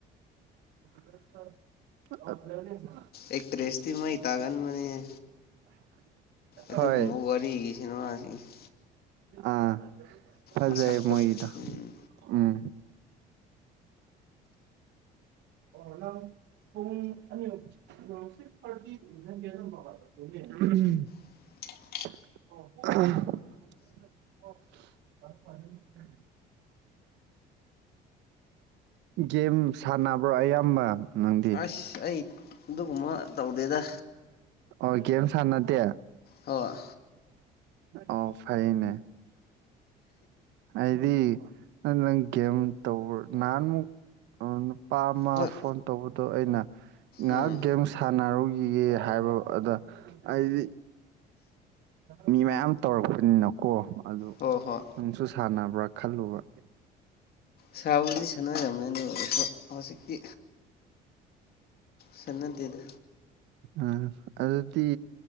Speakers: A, on the right; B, on the left.
A: <unintelligible>
B: ꯑꯦꯛꯇ꯭ꯔꯦꯁꯇꯤ ꯃꯩ ꯇꯥꯒꯟꯕꯅꯤꯍꯦ ꯑꯗꯨꯒꯨꯝꯕ
A: ꯍꯣꯏ
B: ꯋꯥꯔꯤꯒꯤ ꯁꯤꯅꯦꯃꯥꯁꯤꯡꯁꯦ
A: ꯑꯥ ꯐꯖꯩ
B: ꯃꯁꯛꯇꯣ
A: ꯃꯣꯏꯒꯤꯗꯣ
B: ꯎꯝ
A: ꯎꯝ ꯍꯅ <unintelligible>
B: <unintelligible>
A: <unintelligible> <unintelligible> ꯒꯦꯝ ꯁꯥꯟꯅꯕ꯭ꯔꯣ ꯑꯌꯥꯝꯕ ꯅꯪꯗꯤ
B: ꯑꯁ ꯑꯩ ꯑꯗꯨꯒꯨꯝꯕ ꯇꯧꯗꯦꯗ
A: ꯑꯣꯏ ꯒꯦꯝ ꯁꯥꯟꯅꯗꯦ
B: ꯍꯣꯏ
A: ꯑꯣ ꯐꯩꯅꯦ ꯑꯩꯗꯤ ꯅꯪ ꯒꯦꯝ ꯇꯧꯕ ꯅꯍꯥꯟꯃꯨꯛ ꯑ ꯅꯨꯄꯥ ꯑꯃ
B: ꯍꯣꯏ
A: ꯐꯣꯟ ꯇꯧꯕ ꯑꯗꯣ ꯑꯩꯅ ꯉꯥꯏꯍꯥꯛ
B: ꯎꯝ
A: ꯒꯦꯝ ꯁꯥꯟꯅꯔꯨꯒꯤꯒꯦ ꯍꯥꯏꯕꯒ ꯑꯗ ꯑꯩꯗꯤ ꯃꯤ ꯃꯌꯥꯝ ꯇꯧꯔꯛꯄꯅꯤꯅꯀꯣ ꯑꯗꯨ
B: ꯍꯣꯏ ꯍꯣꯏ
A: ꯅꯪꯁꯨ ꯁꯥꯟꯅꯕ꯭ꯔꯥ ꯈꯜꯂꯨꯕ
B: ꯁꯥꯕꯨꯗꯤ ꯁꯥꯟꯅꯔꯝꯃꯦ ꯑꯗꯨ ꯑꯣꯏꯁꯨ ꯍꯧꯖꯤꯛꯇꯤ ꯁꯟꯅꯗꯦꯗ
A: ꯑ ꯑꯗꯨꯗꯤ